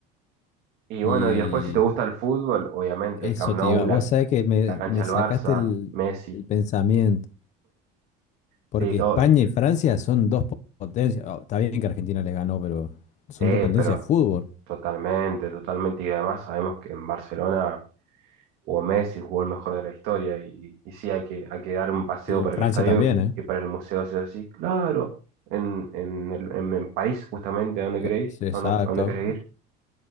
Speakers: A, on the right (about 55°); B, on the left (about 40°).
A: Y bueno,
B: Y
A: y después si te gusta el fútbol, obviamente,
B: eso
A: el Camp Nou,
B: te iba.
A: la,
B: Vos sabés que me,
A: la cancha
B: me
A: del
B: sacaste
A: Barça,
B: el,
A: Messi,
B: el pensamiento, porque
A: sí, todo.
B: España y Francia son dos po- potencias. Oh, está bien que Argentina les ganó, pero son
A: Sí,
B: dos potencias
A: pero
B: de fútbol.
A: totalmente, totalmente. Y además sabemos que en Barcelona jugó Messi, jugó el mejor de la historia. Y, y sí, hay que, hay que dar un paseo
B: Y
A: por
B: en Francia
A: el estadio
B: también, ¿eh?
A: y para el museo, sí o sí. Claro, en, en, el- en- en París, justamente, ¿a dónde
B: Eh,
A: queréis?
B: sí, exacto.
A: ¿A dónde, a dónde querés ir?